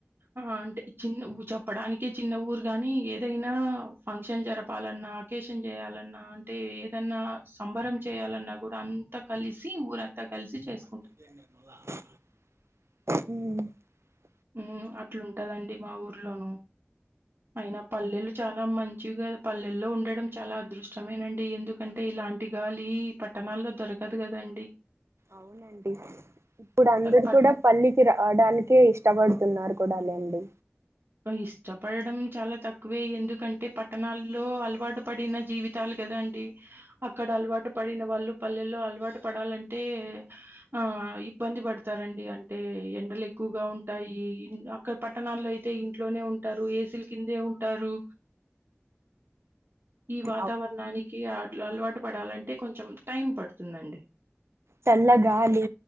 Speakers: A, on the right; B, on the right.
A: ఆ అంటే చిన్న ఊ చెప్పడానికే చిన్న ఊరు గాని ఏదైనా అ ఫంక్షన్ జరపాలన్నా ఆకేషన్ చేయాలన్నా అంటే ఏదన్నా సంబరం చేయాలన్నా కూడా అంతా కలిసి ఊరంతా కలిసి చేసు
B: అ
A: ఉ అట్లుంటదండి మా ఊర్లోనూ అయినా పల్లెలు చాలా మంచిగా పల్లెల్లో ఉండడం చాలా అదృష్టమేనండి ఎందుకంటే ఇలాంటి గాలి పట్టణాల్లో దొరకదు కదండి
B: అవునండి ఇప్పుడు అందరు
A: పట్
B: కూడా పల్లికి రావడానికే ఇష్టపడు తున్నారు కూడా లేండి
A: ఇష్టపడడం చాలా తక్కువ తక్కువే ఎందుకంటే పట్టణాల్లో అలవాటు పడిన జీవితాలు కదా అండి అక్కడ అలవాటు పడి పడిన వాళ్ళు పల్లెల్లో అలవాటు పడాలంటే ఆ ఇబ్బంది పడతారండి అంటే ఎండలు ఎక్కువగా ఉంటాయి అక్కడ పట్టణాల్లోయితే అయితే ఇంట్లోనే ఉంటారు ఏసీలు కిందే ఉంటారు ఈ వాతావరణానికి
B: అవును
A: అలవాటు పడాలంటే కొంచెం టైం పడుతుందండి
B: చల్ల గాలి